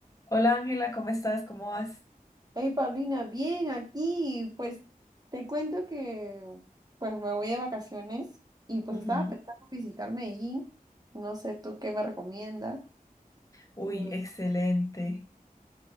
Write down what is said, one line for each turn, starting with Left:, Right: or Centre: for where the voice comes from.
Left: Hola Ángela, ¿cómo estás? ¿Cómo vas?
Right: Hey Paulina, bien aquí. Pues te cuento que pues me voy de vacaciones y pues
Left: Ujú.
Right: estaba pensando visitar Medellín. No sé tú qué me recomiendas.
Left: Uy,
Right: Mm,
Left: excelente.